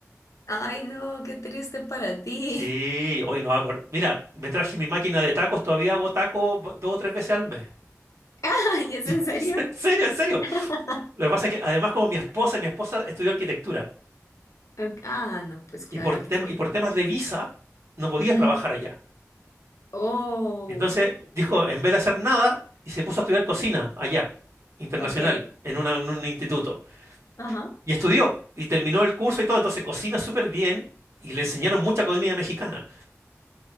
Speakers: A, on the left; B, on the right.
A: Ay, no, qué triste para ti.
B: Sí, hoy no hago. Mira, me traje mi máquina de tacos, todavía hago tacos ba- dos o tres veces al mes.
A: <laughs> Ay, ¿es en serio?
B: <laughs> En serio, en serio.
A: <laughs>
B: Lo que pasa es que además, como mi esposa, mi esposa estudió arquitectura
A: Ok, Ah, no, pues claro,
B: y por,
A: aquí
B: tem-
A: tenía
B: y por
A: que estar.
B: temas de visa no podía
A: Ujú.
B: trabajar allá.
A: Oh,
B: Entonces
A: yo, yo.
B: dijo, en vez de hacer nada, y se puso a estudiar cocina allá, internacional,
A: Ok.
B: en, una- en un instituto.
A: Ajá.
B: Y estudió, y terminó el curso y todo, entonces cocina súper bien, y le enseñaron mucha comida mexicana.